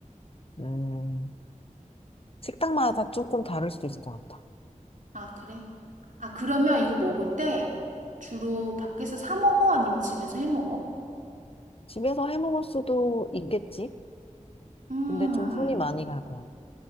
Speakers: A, on the left (about 45°); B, on the right (about 70°).
A: 음, 식당마다 조금 다를 수도 있을 것 같아.
B: 아, 그래? 아, 그러면 이거 먹을 때 주로 밖에서 사 먹어? 아니면 집에서 해 먹어?
A: 집에서 해 먹을 수도 있겠지?
B: 음.
A: 근데 좀 손이 많이 갈 것 같아.